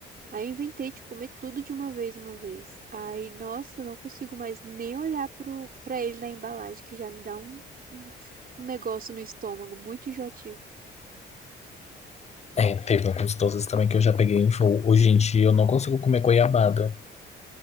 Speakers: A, on the right; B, on the left.
A: Aí eu inventei de comer tudo de uma vez, uma vez. Aí, nossa, eu não consigo mais nem olhar pro, pra ele na embalagem, que já me dá um, um, um negócio no estômago, muito enjoativo.
B: É, teve alguns doces também que eu já peguei em voo. Hoje em dia eu não consigo comer goiabada.